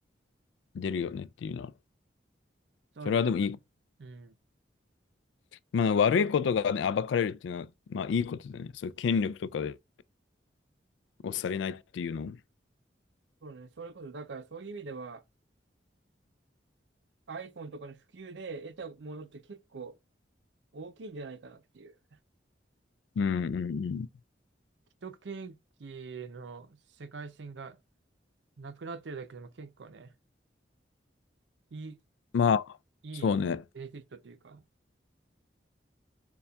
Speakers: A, on the left; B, on the right.
A: 出るよねっていうのは、
B: そうねだ。
A: それはでもいい。
B: うん。
A: まあ悪いことがね、暴かれるっていうのは、まあいいことだよね。そういう権力とかで押されないっていうの。うん
B: そうね。それこそ、だからそういう意味では、iPhone とかの普及で得たものって結構大きいんじゃないかなっていう。
A: うんうん。
B: 一区域の世界線がなくなってるだけでも結構ね、いい、
A: まあ、
B: いいベネフィットというか、
A: そうね。